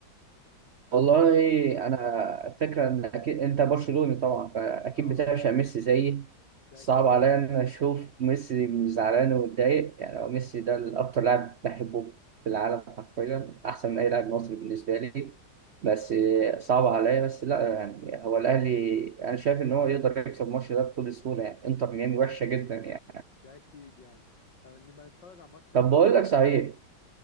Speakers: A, on the right; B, on the left.
A: والله
B: ف
A: انا فكره ان اكيد انت برشلوني طبعا فاكيد
B: اه
A: بتعشق ميسي زيي
B: ده
A: صعب
B: اكيد
A: عليا ان اشوف ميسي زعلان ومتضايق يعني هو ميسي ده الاكتر لاعب بحبه في العالم حرفيا احسن
B: اه
A: من اي لاعب مصري بالنسبه لي بس صعب عليا بس لا يعني هو الاهلي انا شايف ان هو يقدر يكسب الماتش ده بكل سهوله يعني انتر ميامي وحشه جدا يعني
B: ده اكيد يعني هنبقى نتفرج على الماتش
A: طب
B: مع
A: بقول
B: بعض
A: لك
B: ماشي
A: صحيح